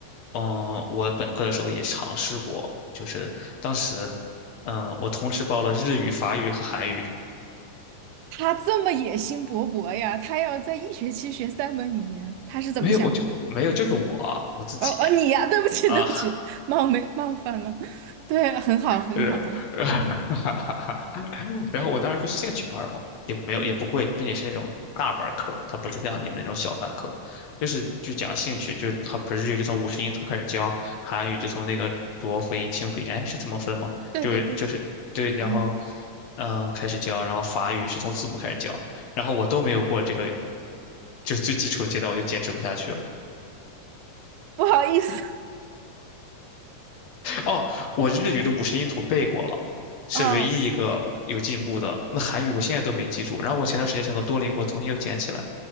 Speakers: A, on the left; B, on the right.
A: 嗯、我本科的时候也尝试过，就是当时，嗯、我同时报了日语、法语和韩语，
B: 他这么野心勃勃呀，他要在一学期学三门语言，他是怎么想的？
A: 没有，我就没有，就是我我自己
B: 哦哦，你呀，<laughs> 对不起，
A: 啊，
B: 对不起，冒昧冒犯了。<laughs> 对，很好，很好。
A: 然后 <laughs> 然后我当时就兴趣班儿嘛，也没有也不贵，
B: 嗯，
A: 并且是那种大班儿课，它不是像你们那种小班课，就是就讲兴趣，就是好比说日语就从五十音图开始教，韩语就从那个浊辅音、清辅音，哎，是怎么分嘛？
B: 对对对，
A: 就是就是对，然后
B: 不应。
A: 嗯开始教，然后法语是从字母开始教，然后我都没有过这个，就是最基础的阶段，我就坚持不下去了。
B: 不好意思，
A: 哦，我日语的五十音图背过了，是唯一一个有进步的。
B: 哦，
A: 那韩语我现在都没记住。然后我前段时间想到多邻国重新又捡起来，